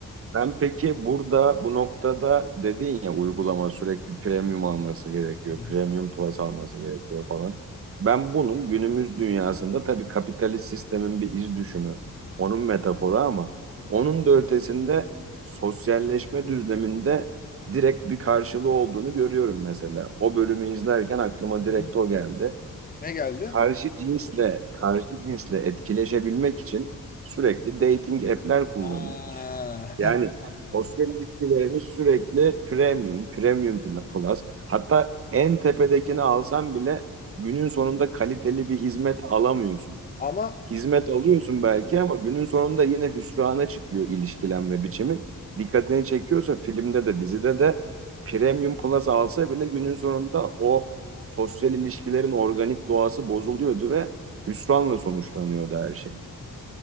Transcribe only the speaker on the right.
Ben peki burada bu noktada dedin ya uygulama sürekli premium alması gerekiyor,
premium
plus alması gerekiyor falan. Ben bunun günümüz dünyasında tabii kapitalist sistemin bir iz düşümü, onun metaforu ama onun da ötesinde sosyalleşme düzleminde direkt bir karşılığı olduğunu görüyorum mesela. O bölümü izlerken aklıma
direkt
o geldi
karşı cinsle karşı cinsle etkileşebilmek için sürekli dating app'ler kullanıyoruz.
Yani sosyal ilişkilerimiz sürekli premium, premium plus. Hatta en tepedekini alsan bile günün sonunda kaliteli bir hizmet alamıyorsun.
Hizmet alıyorsun belki ama günün sonunda yine hüsrana çıkıyor ilişkilenme biçimin. Dikkatini çekiyorsa filmde de dizide de Premium Plus alsa bile günün sonunda o sosyal ilişkilerin organik doğası bozuluyordu ve hüsranla sonuçlanıyordu her şey.